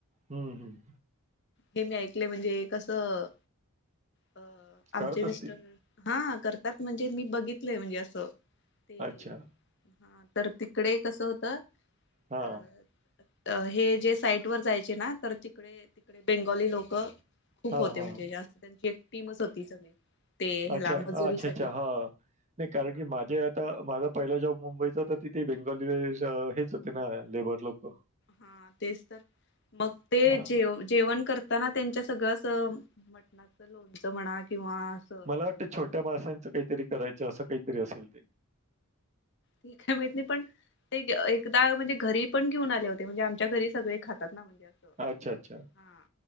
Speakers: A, on the right; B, on the left.
A: हम्म हम्
B: हे मी ऐकले म्हणजे कसं अ
A: करत
B: आमचे मिस्टर
A: असतील
B: हा करतात म्हणजे मी बघितलंय म्हणजे असं ते
A: अच्छा
B: हा तर तिकडे कसं होतं
A: हा
B: अ अ हे जे साईट वर जायचे ना तर तिकडे तिकडे बेंगोली लोक खूप
A: हा
B: होते
A: हा
B: म्हणजे जास्त त्यांची एक टीमच होती सगळी ते ह्या
A: अच्छा,
B: ला मजुरीसाठीठी
A: अच्छा, अच्छा. हां. नाही कारण की माझ्या आता माझा पहिला जॉब मुंबईचा तर तिथे बेंगलु हेच होते ना लेबर लोक
B: हा तेच तर मग ते
A: हां.
B: जे जेवण करत ताना त्यांच्या सगळंच मटणाचं लोणचं म्हणा किंवा असं
A: मला वाटतं छोट्या माणसांचं काहीतरी करायचं असं काहीतरी असेल ते
B: ठीक आहे माहत नाही पण ते एकदा म्हणजे घरी पण घेऊन आले होते म्हणजे आमच्या घरी सगळे खातात ना म्हणजे असं
A: अच्छा अच्छा
B: हा